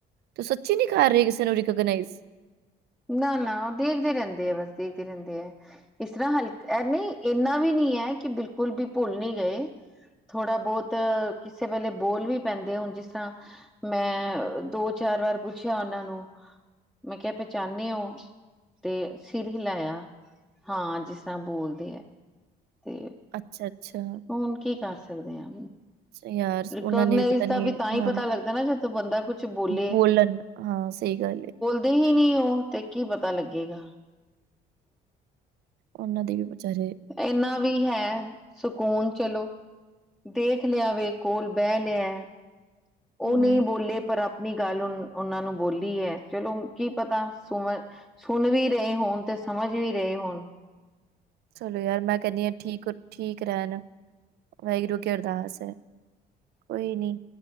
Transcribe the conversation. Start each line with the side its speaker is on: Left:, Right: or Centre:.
Right: ਤੋ ਸੱਚੀ ਨੀ ਕਰ ਰਹੀ ਕਿਸੇ ਨੂੰ ਰਿਕੋਗਨਾਈਜ਼।
Centre: ਨਾ ਨਾ ਦੇਖਦੇ ਰਹਿੰਦੇ ਹੈ, ਬਸ ਦੇਖਦੇ ਰਹਿੰਦੇ ਹੈ। ਇਸ ਤਰ੍ਹਾਂ ਹਲਕ ਨਹੀਂ ਇੰਨਾ ਵੀ ਨਹੀਂ ਹੈ, ਕਿ ਬਿਲਕੁਲ ਬੀ ਭੁੱਲ ਨਹੀਂ ਗਏ। ਥੋੜ੍ਹਾ ਬਹੁਤ ਕਿਸੇ ਵੇਲੇ ਬੋਲ ਵੀ ਪੈਂਦੇ ਹੁਣ ਜਿਸ ਤਰ੍ਹਾਂ ਮੈਂ ਦੋ-ਚਾਰ ਵਾਰ ਪੁੱਛਿਆ ਉਹਨਾਂ ਨੂੰ ਮੈਂ ਕਿਹਾ ਪਹਿਚਾਣੇ ਹੋ ਤੇ ਸਿਰ ਹਿਲਾਇਆ ਹਾਂ ਜਿਸ ਤਰ੍ਹਾਂ ਬੋਲਦੇ ਹੈ। ਤੇ
Right: ਅੱਛਾ ਅੱਛਾ।
Centre: ਹੁਣ ਕੀ ਕਰ ਸਕਦੇ ਹਾਂ।
Right: ਅੱਛਾ ਯਾਰ
Centre: ਰਿਕੋਗਨਾਈਜ਼
Right: ਉਹਨਾਂ ਨੇ ਪਤਾ ਨਹੀਂ
Centre: ਦਾ ਵੀ ਤਾਂਹੀ
Right: ਹਾਂ
Centre: ਪਤਾ ਲੱਗਦਾ ਨਾ ਜਦੋਂ ਬੰਦਾ ਕੁਛ ਬੋਲੇ।
Right: ਬੋਲਣ ਹਾਂ, ਸਹੀ ਗੱਲ ਏ।
Centre: ਦੇਖਦੇ ਹੀ ਨਹੀਂ ਉਹ ਤੇ ਕੀ ਪਤਾ ਲੱਗੇਗਾ।
Right: ਉਹਨਾਂ ਦੇ ਵੀ ਵਿਚਾਰੇ
Centre: ਇਨਾ ਵੀ ਹੈ। ਸਕੂਨ ਚਲੋ ਦੇਖ ਲਿਆ ਵੇ ਕੋਲ ਬਹਿ ਲਿਆ। ਉਹ
Right: ਹਮ
Centre: ਨਹੀਂ ਬੋਲੇ ਪਰ ਆਪਣੀ ਗੱਲ ਉਹਨਾਂ ਨੂੰ ਬੋਲੀ ਹੈ, ਚਲੋ ਕੀ ਪਤਾ ਸੁਣ ਵੀ ਰਹੇ ਹੋਣ ਤੇ ਸਮਝ ਵੀ ਰਹੇ ਹੋਣ।
Right: ਚਲੋ ਯਾਰ ਮੈਂ ਕਹਿੰਦੀ ਹਾਂ ਠੀਕ ਠੀਕ ਰਹਿਣ ਵਾਹਿਗੁਰੂ ਅੱਗੇ ਅਰਦਾਸ ਹੈ। ਕੋਈ ਨਹੀਂ।